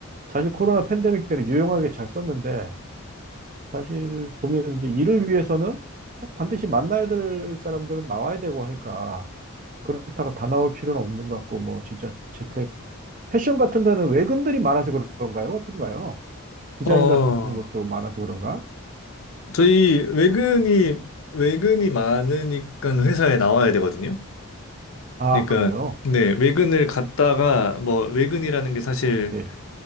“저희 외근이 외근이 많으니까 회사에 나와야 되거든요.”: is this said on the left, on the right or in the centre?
Left